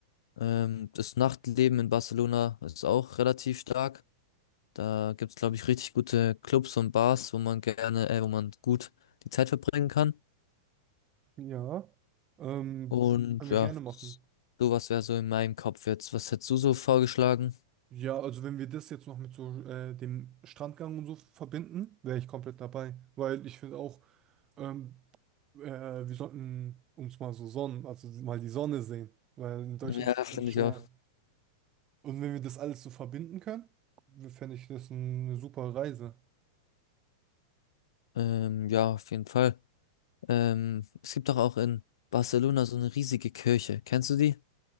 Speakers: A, on the left (about 80°); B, on the right (about 25°).
A: Ähm, das Nachtleben in Barcelona ist auch relativ stark. Da gibt's glaube ich, richtig gute Clubs und Bars, wo man gerne, äh, wo man gut die Zeit verbringen kann.
B: ja. Ähm,
A: Und
B: können wir
A: ja,
B: gerne machen.
A: s- sowas wäre so in meinem Kopf jetzt. Was hättest du so vorgeschlagen?
B: Ja, also wenn wir das jetzt noch mit so äh, dem Strandgang und so verbinden, wäre ich komplett dabei. Weil ich finde auch, Ähm, äh, wir sollten uns mal so Sonnen, also mal die Sonne sehen, weil in Deutschland
A: Ja,
B: ist
A: finde
B: es schwer.
A: ich auch.
B: Und wenn wir das alles so verbinden können, fände ich das eine super Reise.
A: Ähm, ja, auf jeden Fall. Ähm, es gibt doch auch in Barcelona so eine riesige Kirche. Kennst du die?